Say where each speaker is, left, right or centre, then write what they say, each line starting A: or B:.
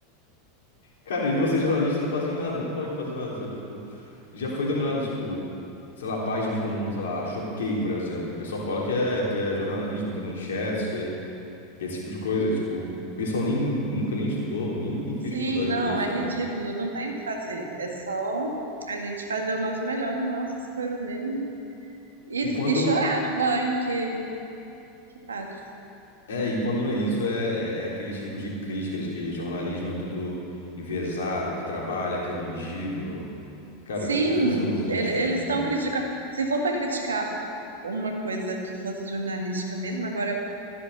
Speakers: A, on the left; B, on the right.
A: Cara, e vocês jornalistas não fazem nada, nem podem fazer nada, sabe? Tipo, já foi dominado, tipo, sei lá, páginas como, sei lá, Choquei, por exemplo. O pessoal fala que é, que é jornalismo, que é manchetes, que é, que é esse tipo de coisa. E, tipo, o pessoal nem, nunca nem estudou, nem, nem fez
B: Sim,
A: faculdade
B: não,
A: pra isso,
B: é
A: sabe?
B: ridículo, não tem o que fazer. É só a gente fazer o nosso melhor nas nossas coisas mesmo e,
A: E quando,
B: e chorar no banho que, que passa.
A: é, e quando não é isso, é, é, é aquele tipo de crítica de que jornalismo é tudo enviesado, que trabalha, que é vingido. Cara,
B: Sim,
A: que profissãozinha,
B: ele-
A: sabe?
B: eles
A: Tipo,
B: estão criticando. Se for para criticar uma coisa que fosse jornalística mesmo, agora